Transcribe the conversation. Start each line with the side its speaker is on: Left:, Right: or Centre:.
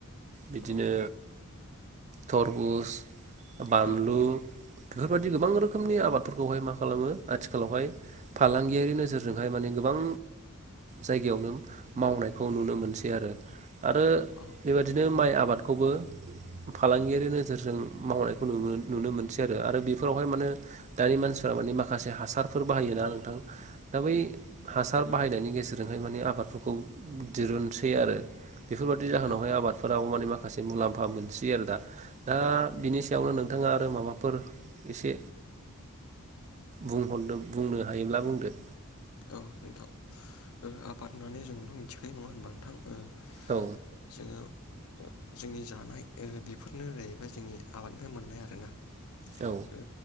Left: औ
Right: बिदिनो
Left: औ
Right: थरमुस बानलु
Left: औ
Right: बेफोरबायदि गोबां रोखोम आबादफोरखौहाय मा खालामो आथिखालावहाय फालांगियारि नोजोरजोंहाय माने गोबां जायगायावनो मावनायखौ नुनो मोनसै आरो आरो
Left: औ
Right: बेबायादिनो माइ आबादखौबो फालांगियारि नोजोरजों मावनायखौ नु-नुनो मोनसै आरो आरो बेफोरावहाय माने दानि मानसिफोरा माने माखासे हासारफोर बाहायोना नोंथां दा बै हासार बाहायनायनि गेजेरजोंहाय माने आबादफोरखौ दिरुनसै आरो बेफोरबादि
Left: औ
Right: जाहोनावहाय
Left: औ
Right: आबादफोराबो माने माखासे से मुलाम्फा मोनसै आरो दा दा बिनि सायावनो नों थाङा आरो माबाफोर एसे बुंहरद बुंनो हायोब्ला बुंदो?
Left: औ नोंथां ओ आबाद होननानै जोंल' मिथिखायो नङा होनबा नोंथां? ओ
Right: औ
Left: जोंङो जोंनि जानाय बेफोरनो जाहैबाय जोंनि आबादनिफ्राय मोननाय आर ना
Right: औ
Left: ओ